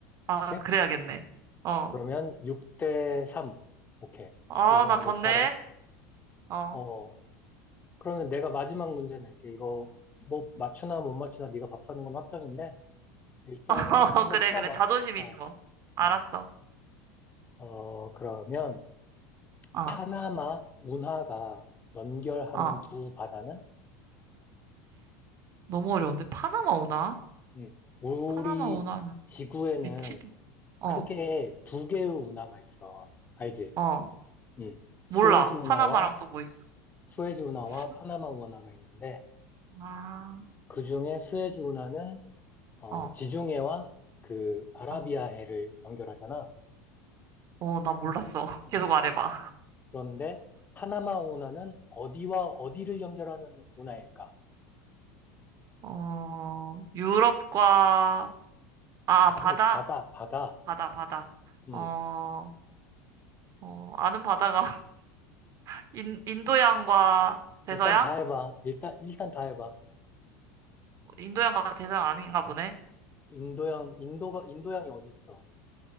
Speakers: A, on the left; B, on the right.
A: 그치?
B: 아, 그래야겠네.
A: 음.
B: 어.
A: 그러면 6 대 3. 오케이.
B: 아,
A: 이번엔
B: 나 졌네.
A: 내 차례.
B: 어.
A: 어, 그러면 내가 마지막 문제 낼게. 이거 뭐 맞추나 못 맞추나 네가 밥 사는 건 확정인데 일단은
B: <laughs> 어,
A: 한번
B: 그래,
A: 풀어봐.
B: 그래. 자존심이지,
A: 어,
B: 뭐. 알았어.
A: 어, 어, 그러면
B: 아,
A: 파나마 운하가 연결하는
B: 아.
A: 두 바다는
B: 너무 어려운데? 파나마 오나?
A: 음, 우리
B: 파나마 오나는
A: 지구에는
B: 위치도, 어,
A: 크게 두 개의 운하가 있어. 알지?
B: 어.
A: 음,
B: 몰라.
A: 수에즈 운하와
B: 파나마랑 또 뭐 있어?
A: 수에즈 운하와
B: 수-
A: 파나마 운하가 있는데
B: 아,
A: 그 중에 수에즈 운하는 어,
B: 어,
A: 지중해와 그 아라비아해를
B: 어.
A: 연결하잖아.
B: 어, 나 몰랐어. <laughs>
A: 음.
B: 계속 말해봐.
A: 그런데 파나마 운하는 어디와 어디를 연결하는 운하일까?
B: 어, 유럽과, 아,
A: 아니,
B: 바다?
A: 바다, 바다.
B: 바다, 바다.
A: 음,
B: 어, 어, 아는 바다가 <laughs> 인, 인도양과 대서양?
A: 일단 다 해봐. 일단, 일단 다 해봐.
B: 인도양과 대서양 아닌가 보네.
A: 인도양, 인도가, 인도양이 어디 있어?